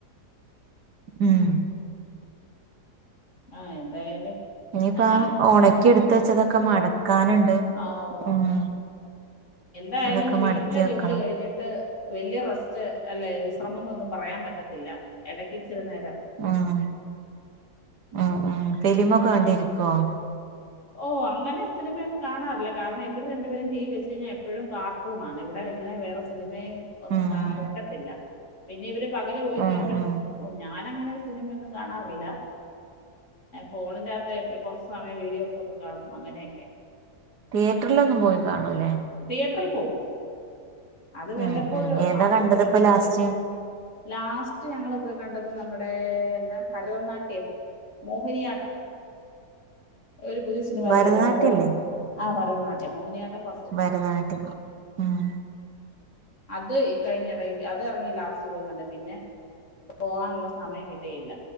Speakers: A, on the right (about 75°); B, on the left (about 45°).
A: ഉം
B: ആഹ് എന്തായാലും.
A: ഇനിയിപ്പ
B: ഞാനും
A: ആ
B: അങ്ങനെയൊക്കെ
A: ഒണക്കി
B: തന്നെ
A: എടുത്ത് വെച്ചതൊക്കെ മടക്കാനുണ്ട്
B: ആ ഓ
A: ഉം
B: എന്തായാലും
A: അതൊക്കെ
B: നി
A: മടക്കി
B: വീട്ടിലെ
A: വെക്കണം
B: ജോലി കഴിഞ്ഞിട്ട്. ട്ട് വലിയ റെസ്റ്റ് അല്ലെ വിശ്രമം എന്നൊന്നും പറയാൻ പറ്റത്തില്ല എടക്കിച്ചിരിനേരം.
A: ആഹ് ആഹ് ആഹ് ഫിലിമൊക്കെ കണ്ടിരിക്കുവോ?
B: ഓ അങ്ങനെ സിനിമയൊന്നും കാണാറില്ല കാരണം ഇവിടെ രണ്ടുപേരും ടി വി വെച്ച് കഴിഞ്ഞാൽ എപ്പോഴും കാർട്ടൂൺ ആണ് ഇവിടെ അങ്ങനെ വേറെ. സിനിമ ഒന്നും
A: ഉം
B: വെക്കത്തില്ല പിന്നെ ഇവര് പകല് പോയി
A: ഉം
B: കഴിയുമ്പോഴേ
A: ഉം
B: ക്കും ഞാനങ്ങനെ. സിനിമയൊന്നും കാണാറില്ല ഫോണിന്റകത്ത് കുറച്ച് സമയം വീഡിയോസ്. ഒക്കെ കാണും അങ്ങനെയൊക്കെ.
A: തിയേറ്ററിലൊന്നും പോയി കാണൂല്ലേ?
B: തിയേറ്ററിൽ പോകും അത് വല്ലപ്പോഴും
A: ഉം ഉം ഏതാ
B: മാസത്തില്
A: കണ്ടത് ഇപ്പ
B: ഒന്നൊക്കെ.
A: ലാസ്റ്റ്
B: ലാസ്റ്റ് ഞങ്ങള് പോയി കണ്ടത് നമ്മുടെ എന്നാ ഭരതനാട്യം. മോഹിനിയാട്ടം. ഒരു പുതിയ സിനിമ
A: ഭരതനാട്യല്ലേ
B: ഇറങ്ങില്ലേ ഭരത ആ ഭരതനാട്യം മോഹിനിയാട്ടം ഫ
A: ഭരതനാട്യം. ഉം
B: അത്യ്കഴിഞ്ഞ എടയിൽ അത് ഇറങ്ങി ലാസ്റ്റ് ലാസ്റ്റ് പോയി കണ്ടെ പിന്നെ പോകാനുള്ള സമയം കിട്ടിയില്ല